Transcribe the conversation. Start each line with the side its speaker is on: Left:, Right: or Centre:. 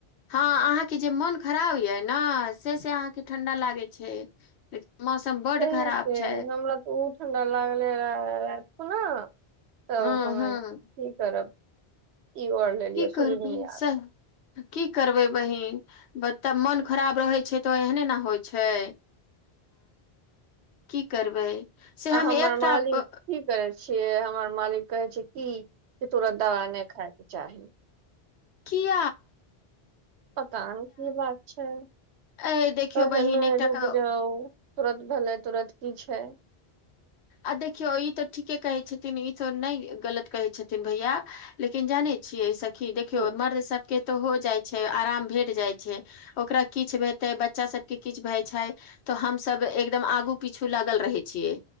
Left: हँ अहाँ के जे मोन खराब ये ने से से अहाँ के ठंडा लागे छै ले मौसम बड
Right: तें
Left: खराब
Right: से
Left: छ
Right: हमरा ओ ठंडा लागले रहु ने तब
Left: हँ
Right: हमे
Left: हँ
Right: की करब ई वर लेलियए
Left: की करबै
Right: सुझ न या
Left: सह की करबै बहि ब तब मोन खराब रहै छै तऽ एहने ने होइ छै की करबै से
Right: आ
Left: हम
Right: हमर
Left: एकट
Right: मालिक की करे छियै हमर मालिक कहे छै की तुरत दवाइ नहि खााय के चाह
Left: किय
Right: पता नहि की बात छै
Left: ए देखियौ
Right: क
Left: बहिन
Right: नहि
Left: एकटा
Right: रुक
Left: क-
Right: जा तुरत भेलै तुरत की छ
Left: आ देखियो ई तऽ ठीके कहे छथिन ई तो नहि गलत कहे छथिन भैया लेकिन जान छियै सखी देखियौ
Right: की
Left: मर्द सभके तऽ हो जाइ छै आराम भेट जाइत छ ओकरा किछ हेतै बच्चा सबके किछ भय छ तऽ हमसभ एकदम आगू पीछू लागल रहे छिय